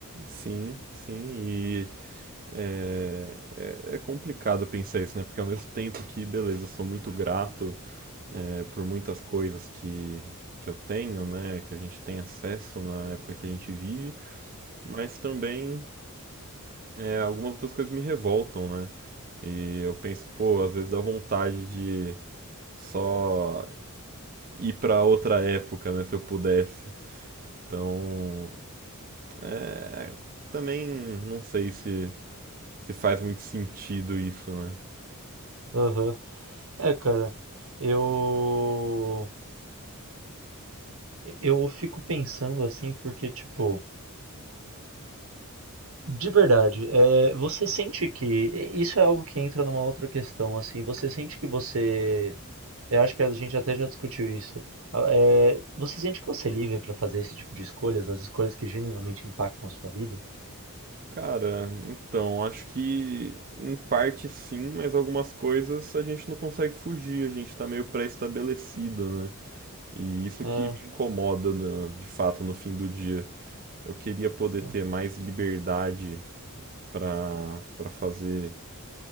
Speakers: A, on the right; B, on the right.
A: Sim, sim, e é, é, é complicado pensar isso, né? Porque ao mesmo tempo que, beleza, eu sou muito grato é, por muitas coisas que, que eu tenho, né? Que a gente tem acesso na época que a gente vive, mas também É, algumas outras coisas me revoltam, né? E eu penso, pô, às vezes dá vontade de só ir pra outra época, né, se eu pudesse. Então, é, também não sei se se faz muito sentido isso, né?
B: Aham. É, cara, eu eu fico pensando assim porque tipo De verdade, é, você sente que e- isso é algo que entra numa outra questão, assim, você sente que você, eu acho que a gente até já discutiu isso. a- é, você sente que você é livre para fazer esse tipo de escolhas, as escolhas que genuinamente impactam a sua vida?
A: Cara, então, acho que em parte sim, mas algumas coisas a gente não consegue fugir, a gente tá meio pré-estabelecido, né? E isso
B: É,
A: que me incomoda, né, de fato, no fim do dia. eu queria poder
B: é,
A: ter mais liberdade para para fazer